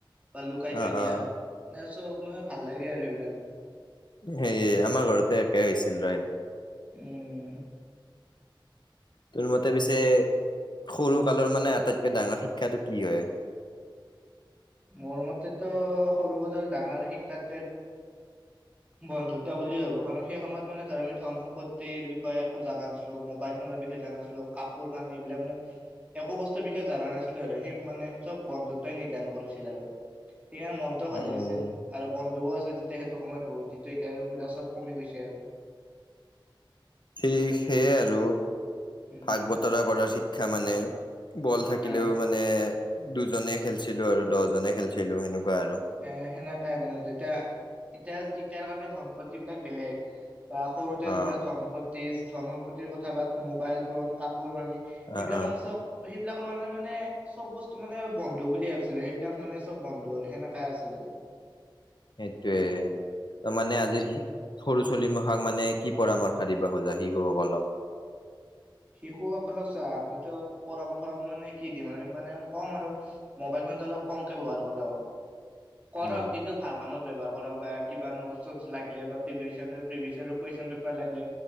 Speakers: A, on the right (about 15°); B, on the left (about 60°).
A: বা লুকাই
B: অ
A: থৈ দিয়া।
B: অ
A: নে চব, মই ভাল লাগে আৰু সেইবিলাক!
B: সেই, আমাৰ ঘৰতে একেই হৈছিল, <unintelligible>
A: উম।
B: তোৰ মতে পিছে সৰু কালৰ মানে আটাইতকে ডাঙৰ শিক্ষাটো কি হয়?
A: মোৰ মতেতো সৰু কালৰ ডাঙৰ শিক্ষাতে বন্ধুত্ব বুলিও ভাবো কাৰণ সেই সময়ত মানে ধৰ আমি ধন সম্পত্তিৰ বিষয়ে একো জানা নাছালো, মোবাইল ফোনৰ বিষয়ে জান নাছিলো। লো কাপোৰ কানি এই বিলাক মানে একো বস্তুৰ বিষয়ে জান নাছিলো আৰু, সেই মানে চব বন্ধুত্বই নিদান কৰিছিল ছিল আৰু, সেইকাৰণে মনতটো ভালে
B: উম
A: আছিল। আৰু বন্ধুও আছিল তেতিয়া সেইটো সময়ত বহুত, যিটো এতিয়া বিলাক চব কমি গৈছে আৰু।
B: সেইক সেয়ে আৰু
A: উম
B: ভাগ বতৰা কৰাৰ শিক্ষা মানে। বল থাকিলেও
A: আহ
B: মানে দুজনে খেলছিলো আৰু দহজনে খেলছিলো সেনেকুৱা আৰু।
A: এ সেনেকাই মানে যেতিয়া ইটা ইটাৰ কাৰণে ধন সম্পতি বিলাক বেলেগ। বা সৰুতে
B: অ
A: যিবিলাক ধন সম্পত্তি, ধন সম্পত্তিৰ কথা বাত মোবাইল ফোন কাপোৰ কানি। সেইবিলাক
B: অ অ
A: মানে চব। সেইবিলাকৰ কাৰণে মানে চব বস্তু মানে বন্ধু বুলিয়ে ভাবিছিলো, সেইবিলাক মানে চব বন্ধু আৰু সেনেকা কাই আছিলে।
B: সেইটয়োৱেই। ত' মানে আজিৰ শি সৰু চলিমশাক মানে কি পৰামৰ্শ দিব খোজা শিশুসকলক?
A: শিশুসকলক চোৱা আমিতো পৰামৰ্শ মানে কি দিম আৰু মানে ক'ম আৰু মোবাইল ফোনটো অলপ কমকে ব্যৱহাৰ কৰিব, কৰক
B: অ
A: কিন্তু ভাল কামত ব্যৱহাৰ কৰক বা কিবা নোট চ'টছ লাগিলে বা প্ৰিভিয়চন প্ৰিভিয়চনৰ কুৱেশ্যন পেপাৰ লাগিলে